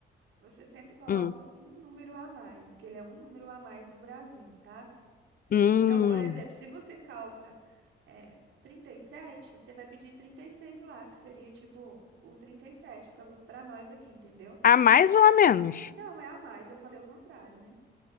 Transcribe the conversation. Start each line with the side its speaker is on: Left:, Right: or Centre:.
Right: Você sempre coloca
Left: Hum.
Right: um número a mais, que ele é um número a mais do Brasil, sabe?
Left: Hum.
Right: Então, por exemplo, se você calça é, 37, você vai pedir 36 lá, que seria tipo o 37 para para nós aqui, entendeu?
Left: A mais ou a menos?
Right: Não, é a mais, eu falei o contrário, né? <laughs>